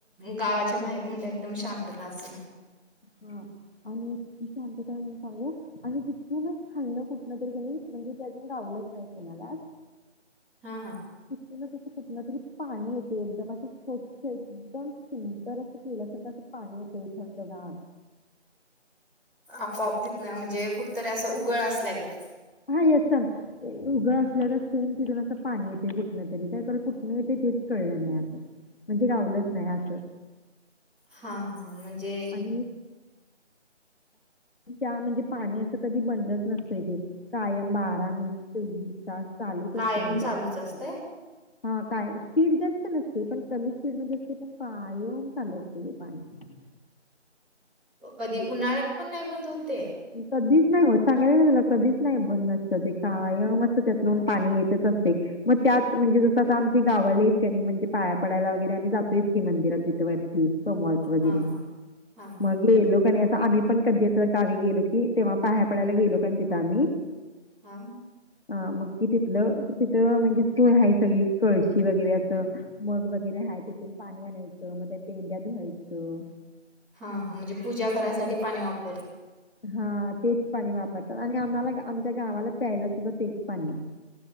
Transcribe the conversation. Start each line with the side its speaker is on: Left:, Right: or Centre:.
Centre: गावाच्या बाहेर <unintelligible> एकदम शांतता अस.
Left: हा आणि इतकी शांतता म सांगू आणि तिथूनच खाल्ण कुटण तरी त्यांनी म्हणजे ते अजून गावलंच नाही कोणाला.
Centre: हा हा
Left: तिथूनं कुठ ना तरी पाणी येते एकदम असं स्वच्छ एकदम फिल्टर असं केल्यासारखं पाणी येते थंडगार.
Centre: आपोआप तिथनं म्हणजे कुठतरी असं उगळ असल्यागत.
Left: हा यस उगळ असल्यागत सेम तिथून असं पाणी येतय कुठन तरी काय कर कुठनं येते तेच कळलं नाही असं, म्हणजे गावलंच नाही असं.
Centre: हा हा हा म जे
Left: आणि म्हणजे पाणी असं कधी बंदच नसतंय ते. कायम बारा महिने चोवीस तास. चालूच
Centre: कायम
Left: असते म्हणजे
Centre: चालूच
Left: असं पाणी
Centre: असतय?
Left: हा कायम स्पीड जास्त नसते पण कमी स्पीड मध्ये असते पण कायम चालू असते ते पाणी.
Centre: कधी उन्हाळ्यात, पण नाही बंद होते ते?
Left: कधीच नाही हो सांगायलाच झाला कधीच नाही बंद नसतं ते कायम अस त्यातनून पाणी येतच असते. मग त्यात म्हणजे जसं आता आमचे गावाले आहेच का नाही म्हणजे पाया पडायला वगैरे आम्ही जातोयच की मंदिरात तिथ वरती कमल्स वगैरे
Centre: हा हा हा हा
Left: मग लोकांनी अस, आम्ही पण, कधी गावी गेलो की तेव्हा पाया पडायला गेलो काण तिंथ आम्ही,
Centre: हा.
Left: ह मग कि तिथलं तिथ म्हणजे स्थळ आहे ते कळशी वगैरे असं मग वगैरे हाय तिथून पाणी आणायचं मग त्या पेंड्या धुवायचं.
Centre: हा म्हणजे पूजा करायसाठी पाणी वापर
Left: हा तेच पाणी वापरतात. आणि आम्हाला आमच्या गावाला प्यायला सुद्धा तेच पाणी